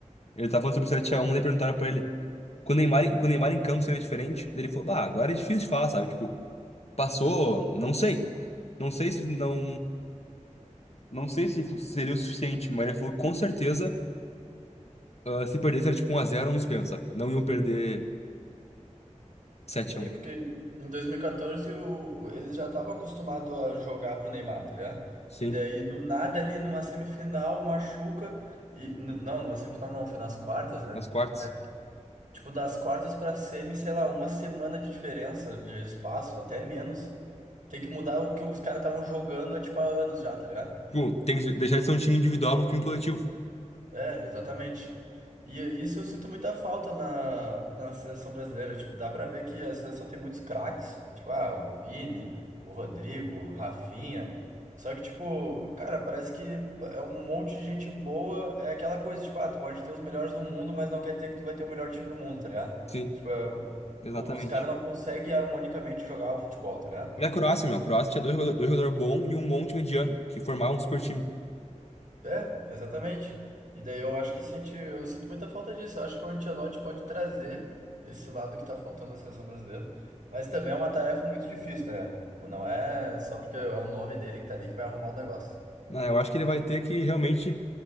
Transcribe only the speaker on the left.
Ele tava falando sobre o 7x1, daí perguntaram pra ele. Quando o Neymar, quando o Neymar em campo seria diferente, daí ele falou, bah, agora é difícil de falar, sabe? Tipo, passou, não sei. Não sei se não. Não sei se fu- seria o suficiente, mas ele falou, com certeza, ah, se perdesse era tipo um a zero ou uns pênaltis, sabe? Não iam perder sete
a um
Sim.
Nas quartas.
Tipo, tem que deixar de ser um time individual para um time coletivo.
Sim,
exatamente.
Olha a Croácia, meu. A Croácia tinha dois, joga- dois jogadores bons e um monte mediano, que formavam um super time.
Ah, eu acho que ele vai ter que realmente